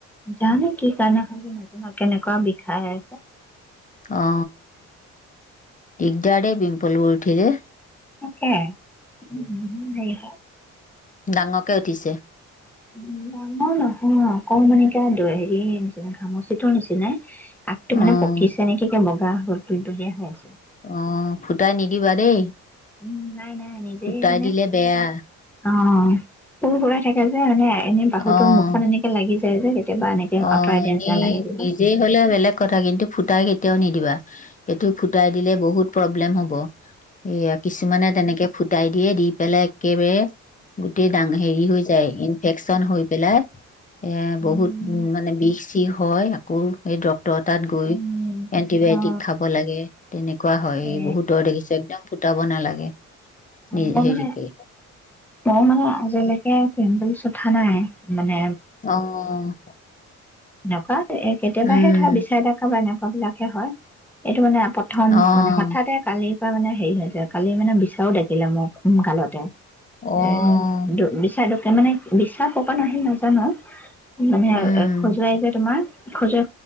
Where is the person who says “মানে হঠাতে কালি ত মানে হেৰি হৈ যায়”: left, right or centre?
Centre